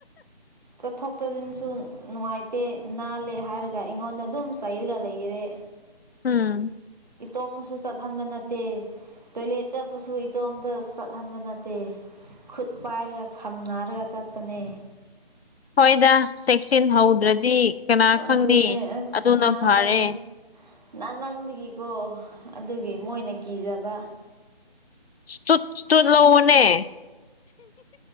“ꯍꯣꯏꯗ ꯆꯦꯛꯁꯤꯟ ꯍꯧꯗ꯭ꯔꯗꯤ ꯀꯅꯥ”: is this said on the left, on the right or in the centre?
Left